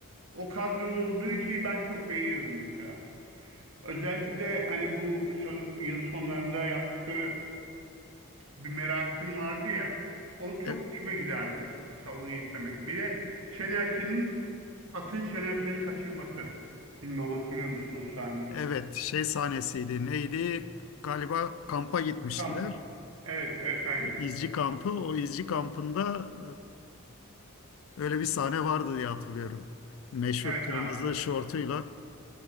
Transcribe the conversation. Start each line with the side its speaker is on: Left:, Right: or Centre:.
Right: O kadronun olduğu şeyi ben çok beğeniyordum mesela. Özellikle hani bu sez- yıl sonlarında yaptıkları bir merasim vardı ya. O çok
Left: E-
Right: hoşuma giderdi. Mesela onu izlemek. Bir de Şener Şen'in atın Şener Şen'i kaçırması. Bilmem hatırlıyor musunuz o sahneyi?
Left: evet, şey sahnesiydi. Neydi? Galiba kampa gitmiştiler.
Right: Kamp. Evet, evet aynen.
Left: E, İzci kampı. O izci kampında e, öyle bir sahne vardı diye hatırlıyorum. Meşhur
Right: Evet
Left: kırmızı
Right: abi,
Left: şortuyla.